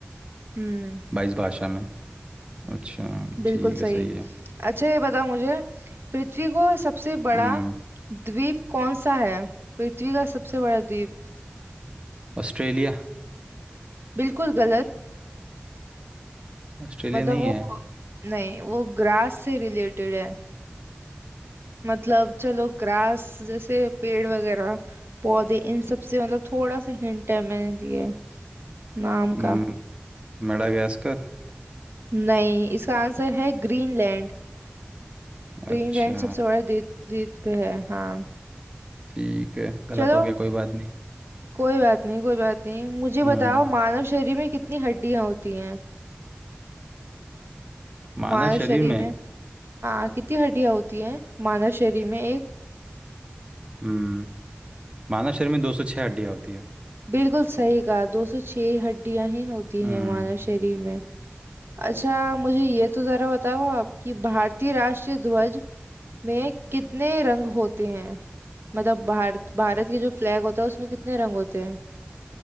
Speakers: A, on the right; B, on the right.
A: हम्म
B: बाईस भाषा में अच्छा
A: बिल्कुल
B: ठीक है
A: सही
B: सही है
A: अच्छा ये बता मुझे पृथ्वी को सबसे बड़ा
B: हम्म
A: द्वीप कौन सा है पृथ्वी का सबसे बड़ा द्वीप
B: ऑस्ट्रेलिया
A: बिल्कुल गलत
B: ऑस्ट्रेलिया
A: मतलब
B: नहीं
A: वो
B: है
A: नहीं वो ग्रास से रिलेटेड है मतलब चलो ग्रास जैसे पेड़ वगैरह पौधे इन सब से मतलब थोड़ा सा हिंट है मैंने दिए नाम
B: हम्म
A: का
B: मेडागास्कर
A: नहीं इसका आंसर है ग्रीनलैंड ग्रीनलैंड
B: अच्छा
A: सबसे बड़ा द्वीप द्वीप पे है हाँ
B: ठीक है गलत
A: चलो
B: हो गया कोई बात नहीं
A: कोई बात नहीं कोई बात नहीं मुझे बताओ
B: हम्म
A: मानव शरीर में कितनी हड्डियां होती हैं
B: मानव
A: मानव
B: शरीर
A: शरीर
B: में
A: में हाँ कितनी हड्डियां होती हैं मानव शरीर में एक
B: हम्म मानव शरीर में 206 हड्डियां होती है
A: बिल्कुल सही कहा दो सौ छह हड्डियां ही होती
B: हम्म
A: हैं मानव शरीर में अच्छा मुझे ये तो जरा बताओ आप कि भारतीय राष्ट्रीय ध्वज में कितने रंग होते हैं मतलब भारत भारत के जो फ्लैग होता है उसमें कितने रंग होते हैं